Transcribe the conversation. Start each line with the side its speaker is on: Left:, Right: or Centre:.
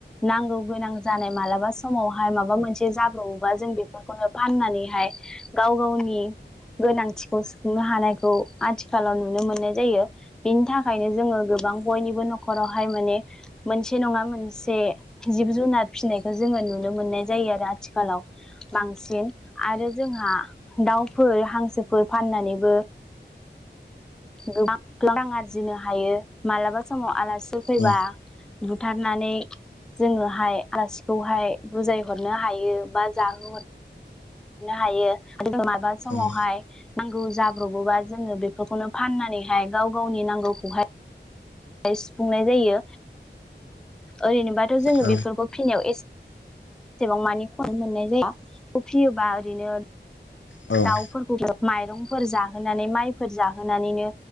Centre: नांगौ गोनां जानाय मालाबा समावहाय माबा मोनसे जाब्रबोबा जों बेफोरखौनो फाननानैहाय गाव गावनि गोनांथिखौ सुफुंनो हानायखौ आथिखालाव नुनो मोननाय जायो। बिनि थाखायनो जोङो गोबां बयनिबो न'खरावहाय माने मोनसे नङा मोनसे जिब जुनार फिसिनायखौ जोङो नुनो मोननाय जायो आरो आथिखालाव बांसिन आरो जोंहा दाउफोर हांसोफोर फाननानैबो गोबां गोबां रां आरजिनो हायो मालाबा समाव आलासिफोर फैबा
Left: औ
Centre: बुथारनानै जोङोहाय आलासिखौहाय बुजायहरनो हायो बा जाहोहर नो हायो माबा समावहाय
Left: औ
Centre: नांगौ जाब्रबोबा जोङो बेफोरखौनो फाननानैहाय गाव गावनि नांगौखौहाय सुफुंनाय जायो ओरैनोबाथ' जोङो
Left: औ
Centre: बेफोरखौ फिनायाव एसे एसेबां मानि खस्थ मोननाय जाया बेखौ फियोबा ओरैनो
Left: औ
Centre: दाउफोरखौ माइरंफोर जाहोनानै माइफोर जाहोनानैनो